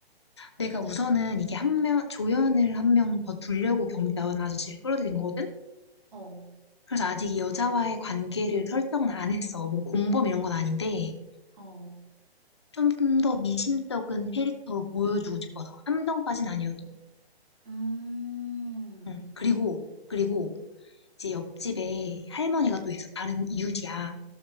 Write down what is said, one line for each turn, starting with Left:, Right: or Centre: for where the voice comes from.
Left: 내가 우선은 이게 한 명, 조연을 한 명 더 두려고 경비원 아저씨를 끌어들인 거거든?
Right: 어,
Left: 그래서 아직 이 여자와의 관계를 설정은 안 했어. 뭐 공범 이런 건 아닌데,
Right: 어,
Left: 좀 더 미심쩍은 캐릭터로 보여주고 싶어서. 함정까진 아니어도.
Right: 음,
Left: 응. 그리고, 그리고 이제 옆집에 할머니가 또 있어. 다른 이웃이야.